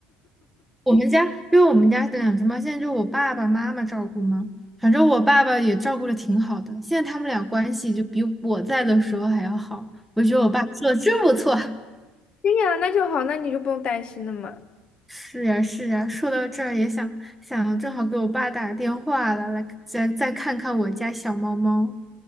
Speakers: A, in the centre; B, on the left (about 35°).
A: 我们家，因为我们家的两只猫现在就我爸爸妈妈照顾嘛，反正我爸爸也照顾的挺好的，现在他们俩关系就比我在的时候还要好，我觉得我爸做的真不错。
B: 对呀，那就好，那你就不用担心了嘛。
A: 是呀，是呀，说到这儿也想想，正好给我爸打电话了，来再再看看我家小猫猫。